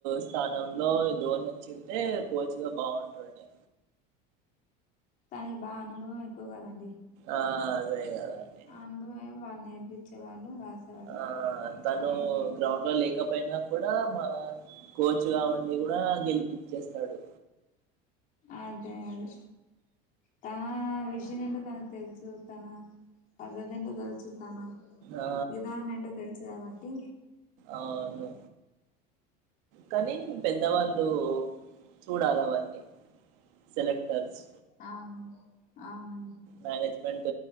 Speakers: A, on the right (about 70°); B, on the left (about 40°).
A: స్థానంలో దోని వచ్చింటే కోచ్గా బాగుంటుండే
B: కానికి బాగా అనుభవం ఎక్కువ కదండి
A: ఆ అదే కదండి
B: ఆ అనుభవే వాళ్ళు నేర్పించేవాళ్ళు రాసేవాళ్ళు
A: ఆ తను
B: అయిపోయేది.
A: గ్రౌండ్ లో లేకపోయినా కూడా మా కోచ్గా ఉండి కూడా గెలిపచ్చేస్తాడు
B: అదే అదే తన విషయం ఏంటో తనకు తెలుసు తన పద్ధతి ఏంటో తెలుసు తన
A: ఆ
B: విధానం ఏంటో తెలుసు కాబట్టి
A: అవును కానీ పెద్దవాళ్ళు చూడాలి అవన్నీ సెలెక్టర్స్
B: అవునండి అవునండి
A: మేనేజ్మెంట్